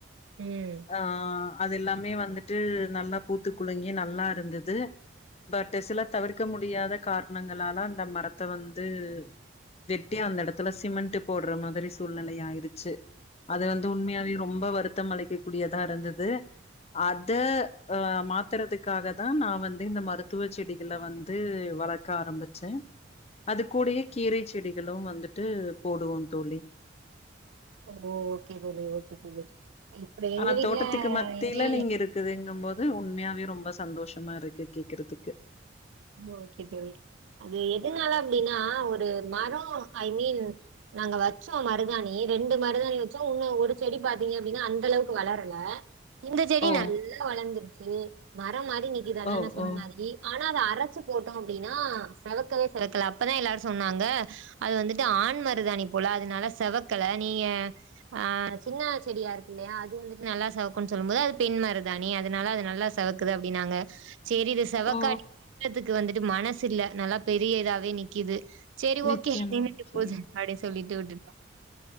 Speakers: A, on the right; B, on the left.
A: ம்
B: ஆ ஆ அது எல்லாமே வந்துட்டு நல்லா பூத்து குலங்கி நல்லா இருந்துது பட் சில தவிர்க்க முடியாத கார்ணங்களால அந்த மரத்த வந் து வெட்டி அந்த எடத்துல சிமெண்ட்டு போடுற மாதிரி சூழ்நிலை ஆயிருச்சு அது வந்து உண்மையாவே ரொம்ப வருத்தம் அளிக்கக் கூடியதா இருந்தது அத ஆ மாத்துறதுக்காக தான் நா வந்து இந்த மருத்துவ செடிகளை வந்து வளக்க ஆரம்பிச்சேன் அது கூடையே கீரை செடிகளும் வந்துட்டு போடுவோம் தோழி
A: ஓ ஓக்கே தோழி ஓக்கே தோழி இப்ப எங்க
B: ஆனா
A: வீட்ல
B: தோட்டத்துக்கு மத்தியில
A: இனி
B: நீங்க இருக்குதுங்கும் போது உண்மையாவே ரொம்ப சந்தோஷமா இருக்கு கேக்குறதுக்கு
A: ஓக்கே தோழி அது எதுனால அப்டின்னா ஒரு மரோ ஐ மீன் நாங்க வச்சோ மருதாணி ரெண்டு மருதாணி வச்சோ இன்னு ஒரு செடி பாத்தீங்க அப்டின்னா அந்த அளவுக்கு வளரல இந்த செடி
B: ஓ
A: நல்லா வளந்துரு ச்சு ம ரம் மாரி நிக்குது அதான்
B: ஓ
A: நா சொன்ன
B: ஓ
A: மாரி ஆனா அரச்சு போட்டோம் அப்டின்னா செவக்கவே செவக்கல அப்பதான் எல்லாரு சொன்னாங்க அது வந்துட்டு ஆண் மருதாணி போல அதுனால செவக்கல நீங்க ஆ சின்ன செடியா இருக்கு இல்லயா அது வந்துட்டு நல்லா செவக்கு சொல்லும் போது அது பெண் மருதாணி அதனால அது நல்லா செவக்குது அப்டின்னாங்க சேரி இது செவக்காடியும்
B: ஓ
A: வெ ட்றத்துக்கு வந்துட்டு மனசில்ல நல்லா பெரிய இதாவே நிக்குது சேரி
B: நிச்சயமா
A: ஓக்கே நின்னுட்டு
B: நிச்சயமா
A: போது அப்டினு சொல்லிட்டு விட்டுட்டோ